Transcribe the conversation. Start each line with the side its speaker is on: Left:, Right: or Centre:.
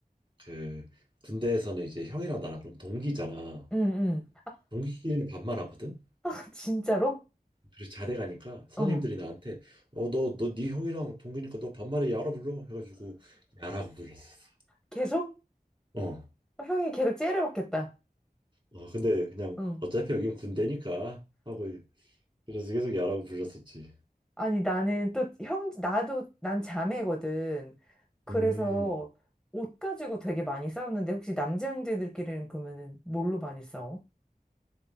Right: 그 군대에서는 이제 형이랑 나랑 그럼 동기잖아.
Centre: 음, 음.
Right: 동기끼리는 반말하거든.
Centre: <laughs> 진짜로?
Right: 그래서 자대 가니까 선임들이
Centre: 어,
Right: 나한테 어 너 너 네 형이랑 동기니까 너 반말에 야라 불러 해가지고 야라고 불렀었어.
Centre: 계속?
Right: 어.
Centre: 어, 형이 계속 째려 받겠다.
Right: 어 근데 그냥
Centre: 응.
Right: 어차피 여긴 군대니까 하고 그래서 계속 야라고 불렀었지.
Centre: 아니, 나는 또 형, 나도, 난 자매거든. 그래서
Right: 음,
Centre: 옷 가지고 되게 많이 싸웠는데, 혹시 남자 형제들끼리는 그러면은 뭘로 많이 싸워?